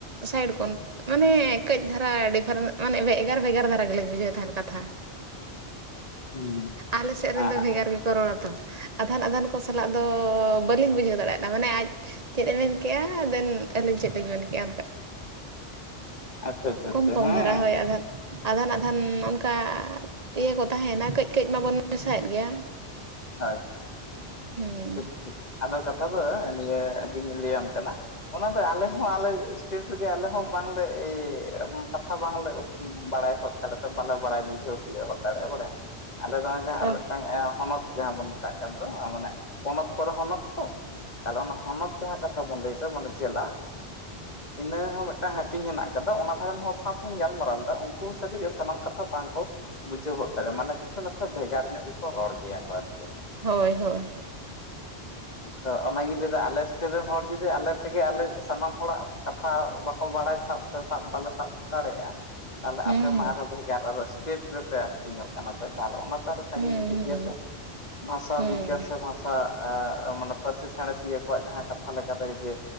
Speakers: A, on the right (about 35°); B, on the left (about 40°).
A: ᱥᱟᱭᱤᱰ ᱠᱷᱚᱱ ᱢᱟᱱᱮ ᱠᱟᱹᱡ ᱫᱷᱟᱨᱟ ᱰᱤᱯᱷᱟᱨᱮᱱ ᱢᱟᱱᱮ ᱵᱷᱮᱜᱟᱨ ᱵᱷᱮᱜᱟᱨ ᱫᱷᱟᱨᱟ ᱜᱮ ᱞᱤᱧ ᱵᱩᱡᱷᱟᱹᱣ ᱛᱟᱦᱮᱸᱱ ᱠᱟᱛᱷᱟ᱾
B: <inaudible> ᱦᱩᱸ
A: ᱟᱞᱮ ᱥᱮᱜ ᱨᱮᱱ
B: ᱟᱪᱪᱷᱟ
A: ᱫᱚ ᱵᱷᱮᱜᱟᱨ ᱜᱮᱠᱚ ᱨᱚᱲᱟ ᱛᱚ ᱟᱫᱷᱟᱱ ᱟᱫᱷᱟᱱ ᱠᱚ ᱥᱟᱞᱟᱜ ᱫᱚ ᱛᱚ ᱵᱟᱹᱞᱤᱧ ᱵᱩᱡᱷᱟᱹᱣ ᱫᱟᱲᱮᱭᱟᱜ ᱫᱟ ᱢᱟᱱᱮ ᱟᱡ ᱪᱮᱫ ᱮ ᱢᱮᱱ ᱠᱮᱜᱼᱟ ᱟᱵᱮᱱ ᱟᱹᱞᱤᱧ ᱪᱮᱫ ᱞᱤᱧ ᱢᱮᱱ ᱠᱮᱫᱮᱜᱼᱟ ᱚᱱᱠᱟ
B: ᱟᱪᱪᱷᱟ ᱟᱪᱪᱷᱟ
A: ᱠᱚᱢ ᱠᱚᱢ
B: ᱦᱮᱸ
A: ᱫᱷᱟᱨᱟ ᱦᱳᱭ ᱟᱫᱷᱟᱱ ᱟᱫᱷᱟᱱ ᱟᱫᱷᱟᱱ ᱚᱱᱠᱟ ᱤᱭᱟᱹ ᱠᱚ ᱛᱟᱦᱮᱸᱭ ᱮᱱᱟ ᱠᱟᱹᱡ ᱠᱟᱹᱡ ᱢᱟᱵᱚᱱ ᱢᱮᱥᱟᱭ ᱮᱫ ᱜᱮᱭᱟ᱾
B: ᱦᱳᱭ
A: ᱦᱩᱸ
B: ᱴᱷᱤᱠ ᱴᱷᱤᱠ ᱟᱫᱚ ᱠᱟᱛᱷᱟ ᱫᱚ ᱱᱤᱭᱟᱹ ᱜᱤᱧ ᱞᱟᱹᱭᱟᱢ ᱠᱟᱱᱟ ᱚᱱᱟ ᱫᱚ ᱟᱞᱮ ᱦᱚᱸ ᱟᱞᱮ ᱥᱴᱮᱴ ᱨᱮᱜᱮ ᱟᱞᱮ ᱦᱚᱸ ᱵᱟᱝᱞᱮ ᱠᱟᱛᱷᱟ ᱵᱟᱝᱞᱮ ᱵᱟᱲᱟᱭ ᱦᱚᱫ ᱫᱟᱲᱮ ᱥᱮ ᱵᱟᱞᱮ ᱵᱟᱲᱟᱭ ᱵᱩᱡᱷᱟᱹᱣ ᱛᱤᱭᱳ ᱦᱚ ᱫᱟᱲᱮᱭᱟᱜᱼᱟ <unintelligible> ᱟᱞᱮ ᱫᱚᱼᱼ ᱡᱟᱦᱟᱸ
A: ᱚ
B: ᱟᱨ ᱢᱮᱫᱴᱟᱝ ᱦᱚᱱᱚᱛ ᱡᱟᱦᱟᱸ ᱵᱚᱱ ᱢᱮᱛᱟᱜ ᱠᱟᱱ ᱫᱚ ᱢᱟᱱᱮ ᱯᱚᱱᱚᱛ ᱠᱚᱨᱮ ᱦᱚᱱᱚᱛ ᱛᱚ ᱟᱨ ᱚᱱᱟ ᱦᱚᱱᱚᱛ ᱡᱟᱦᱟᱸ ᱠᱟᱛᱷᱟ ᱵᱚᱱ ᱞᱟᱹᱭᱫᱟ ᱢᱟᱱᱮ ᱡᱮᱞᱟ ᱤᱱᱟᱹ ᱦᱚᱸ ᱢᱮᱫᱴᱟᱝ ᱦᱟᱹᱴᱤᱧ ᱦᱮᱱᱟᱜ ᱟᱠᱟᱫᱟ ᱚᱱᱟ ᱫᱷᱟᱨᱮᱱ ᱦᱚᱲ ᱥᱟᱶ ᱛᱮᱦᱩᱧ ᱜᱟᱞᱢᱟᱨᱟᱣ ᱞᱮᱫᱟ ᱩᱱᱠᱩ ᱦᱚᱸ <unintelligible> ᱜᱮ ᱥᱟᱱᱟᱢ ᱠᱟᱛᱷᱟ ᱵᱟᱝ ᱠᱚᱼᱼ ᱵᱩᱡᱷᱟᱹᱣ ᱦᱚᱫ ᱫᱟᱲᱮᱭᱟᱜᱼᱟ ᱢᱟᱱᱮ ᱠᱤᱪᱷᱩ ᱱᱟᱥᱮ ᱵᱷᱮᱜᱟᱨ ᱧᱚᱜ ᱜᱮᱠᱚ ᱨᱚᱲ ᱜᱮᱭᱟ ᱠᱚ ᱟᱨᱠᱤ ᱾
A: ᱦᱳᱭ ᱦᱳᱭ
B: ᱟᱫᱚ ᱚᱱᱟ ᱜᱤᱧ ᱞᱟᱹᱭᱫᱟ ᱟᱞᱮ ᱥᱴᱮᱴ ᱨᱮᱱ ᱦᱚᱲ ᱡᱩᱫᱤ ᱟᱞᱮ ᱛᱮᱜᱮ ᱟᱞᱮ ᱥᱟᱱᱟᱢ ᱦᱚᱲᱟᱜ ᱠᱟᱛᱷᱟ ᱵᱟᱠᱚ ᱵᱟᱲᱟᱭ ᱥᱟᱵ ᱥᱮ ᱥᱟᱵ ᱵᱟᱞᱮ ᱥᱟᱵ ᱠᱟᱲᱮᱭᱟᱜᱼᱟ ᱛᱟᱦᱞᱮ
A: ᱦᱩᱸ
B: ᱟᱯᱮ ᱢᱟ ᱟᱨᱦᱚᱸ ᱵᱷᱮᱜᱟᱨ ᱟᱨᱦᱚᱸ ᱥᱴᱮᱴ ᱨᱮᱯᱮ ᱦᱟᱹᱴᱤᱧᱚᱜ ᱠᱟᱱᱟ ᱯᱮ ᱛᱟᱦᱚᱞᱮ ᱚᱱᱟᱼᱼ <unintelligible> ᱨᱮ ᱥᱟᱺᱜᱤᱧ
A: ᱦᱩᱸ
B: ᱤᱫᱤᱜ
A: ᱦᱩᱸ
B: ᱜᱮᱭᱟ ᱥᱮ ᱵᱷᱟᱥᱟ
A: ᱦᱩᱸ
B: ᱵᱤᱜᱽᱜᱟᱱ ᱥᱮ ᱵᱷᱟᱥᱟ ᱟ ᱢᱟᱱᱮ ᱯᱟᱹᱨᱥᱤ ᱥᱟᱬᱮᱥᱤᱭᱟᱹ ᱠᱚᱣᱟᱜ ᱡᱟᱦᱟᱸ ᱠᱟᱛᱷᱟ ᱞᱮᱠᱟ ᱛᱮ ᱡᱮ